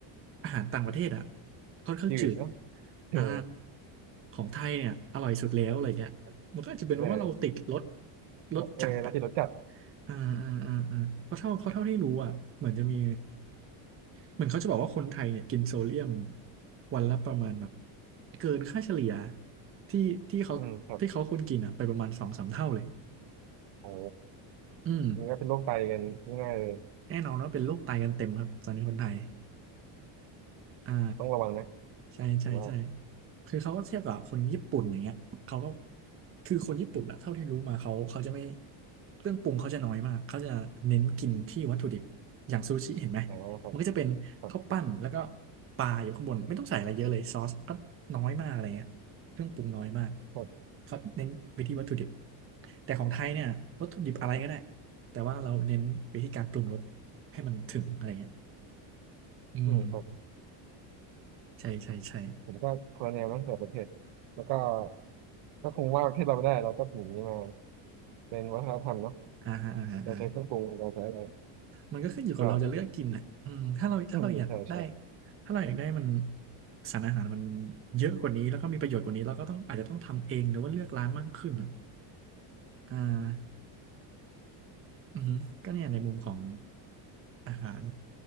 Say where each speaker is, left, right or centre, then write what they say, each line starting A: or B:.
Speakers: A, on the right; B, on the right.
A: อาหารต่างประเทศอ่ะค่อนข้างจืด
B: จืดเนาะเออ
A: อ่าของไทยเนี่ยอร่อยสุดแล้วอะไรเงี้ยมันก็อาจจะเป็นเพราะว่าเราติดรส
B: เออ
A: รสจัดอ่ะ
B: เออเราติดรสจัด
A: อ่าอ่าอ่าอ่าเพราะเท่าเพราะเท่าที่รู้อ่ะเหมือนจะมี เหมือนเขาจะบอกว่าคนไทยเนี่ยกินโซเดียมวันละประมาณแบบเกินค่าเฉลี่ยที่ที่เขาที่เขาควรกินอ่ะไปประมาณสองสามเท่าเลย
B: อืมครับโอ้
A: อืม
B: มันก็เป็นโรคไตกันง่ายๆเลย
A: แน่นอนว่าเป็นโรคไตกันเต็มครับตอนนี้คนไทย อ่า
B: ต้องระวังนะ
A: ใช่ใช่ใช่
B: ผมว่า
A: คือเขาก็เทียบกับคนญี่ปุ่นอย่างเงี้ยเขาก็คือคนญี่ปุ่นอะเท่าที่รู้มาเขาเขาจะไม่เครื่องปรุงเขาจะน้อยมากเขาจะเน้นกินที่วัตถุดิบอย่างซูชิเห็นไหม
B: อ๋อครับ
A: มันก็จะเป็นข้าวปั้นแล้วก็
B: ครับ
A: ปลาอยู่ข้างบนไม่ต้องใส่อะไรเยอะเลยซอสก็น้อยมากอะไรเงี้ยเครื่องปรุงน้อยมาก
B: ครับ
A: เขาเน้นไปที่วัตถุดิบแต่ของไทยเนี่ยวัตถุดิบอะไรก็ได้แต่ว่าเราเน้นไปที่การปรุงรสให้มันถึงอะไรเงี้ยอืม
B: อืมครับ
A: ใช่ใช่ใช่
B: ผมก็คนละแนวมั้งแต่ประเทศแล้วก็ก็คงว่าประเทศเราไม่ได้เราก็ถึงนี้มาเป็นวัฒนธรรมเนาะ
A: อ่าฮะอ่าฮะอ่า
B: เราใช้เครื่องปรุงเราใช้อะไร
A: มันก็ขึ้นอยู่กับเราจะเลือกกินอ่ะอืมถ้าเราถ้าเราอยากได้
B: ก็อืมใช่ใช่
A: ถ้าเราอยากได้มันสารอาหารมันเยอะกว่านี้แล้วก็มีประโยชน์กว่านี้เราก็ต้องอาจจะต้องทำเองหรือว่าเลือกร้านมากขึ้นอะอ่าอือฮึก็เนี่ยในมุมของอาหาร